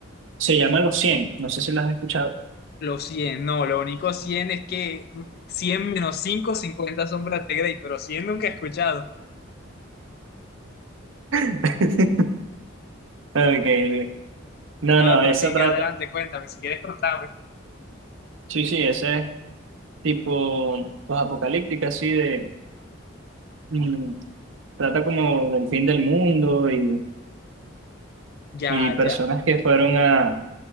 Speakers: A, on the right; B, on the left.
A: se llama Los cien, no sé si la has escuchado.
B: Los 100, no, lo único 100 es que 100 menos 5, 50 sombras de Grey, pero 100 nunca he escuchado.
A: <laughs> Okay. No,
B: No,
A: no,
B: pero
A: esa
B: sí,
A: trata,
B: adelante, cuéntame, si quieres contame.
A: sí, sí, ese es tipo pues, apocalíptica, así de, mm, trata como del fin del mundo y,
B: Ya,
A: y personas
B: ya.
A: que fueron a,